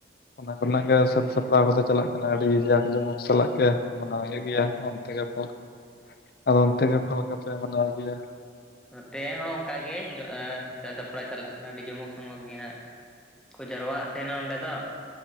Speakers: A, on the left; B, in the centre.
A: ᱚᱱᱟ ᱠᱚᱨᱮᱱᱟᱜ ᱜᱮ ᱥᱟᱹᱛ ᱥᱟᱯᱲᱟᱣ ᱠᱚᱫᱚ ᱪᱟᱞᱟᱜ ᱠᱟᱱᱟ ᱟᱹᱰᱤ ᱡᱟᱠ ᱡᱚᱢᱚᱠ ᱥᱟᱞᱟᱜ ᱜᱮ᱾ ᱢᱟᱱᱟᱣ ᱦᱩᱭᱩᱜ ᱜᱮᱭᱟ
B: ᱦᱳᱭ
A: ᱚᱱᱛᱮ ᱜᱮ ᱯᱷ ᱟᱫᱚ ᱚᱱᱛᱮ ᱜᱮ ᱯᱷᱞ ᱞᱮᱠᱟᱯᱮ ᱢᱟᱱᱟᱣ ᱜᱮᱭᱟ?
B: ᱱᱚᱛᱮ ᱦᱚᱸ ᱚᱱᱠᱟ ᱜᱮ ᱥᱟ ᱥᱟᱯᱲᱟᱣ ᱪᱟᱞᱟᱜ ᱠᱟᱱᱟ ᱟᱹᱰᱤ ᱡᱚᱢᱚᱠ ᱥᱚᱢᱚᱠ ᱜᱮ ᱦᱟᱸᱜ᱾ ᱠᱚ ᱡᱟᱨᱚᱣᱣᱟᱜ ᱛᱟᱦᱮᱱᱟ ᱚᱸᱰᱮ ᱫᱚ